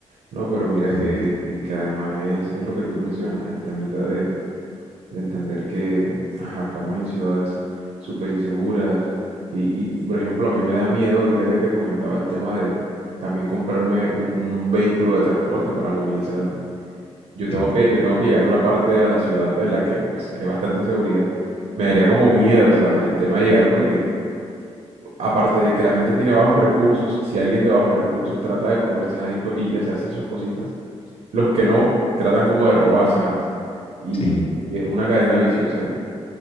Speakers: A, on the right; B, on the left.
A: No, pero mira
B: Sí,
A: que, que- que además es, es lo que tú mencionas, el temita de, de entender que ajá, estamos en ciudades súper inseguras y, y, por ejemplo, a mí me da miedo ahorita que te comentaba el tema de también comprarme un, un vehículo de transporte para movilizarme. Yo tengo
B: sí,
A: que, yo tengo que llegar a una parte de la ciudad en la que pues hay bastante inseguridad. Me daría como miedo, ¿sabes? El tema de llegar porque aparte de que la gente tiene bajos recursos, si alguien de bajos recursos trata de progresar y, po- y hacerse sus cositas, los que no tratan como de robar, ¿sabes? Y,
B: sí.
A: y es una cadena viciosa ahí.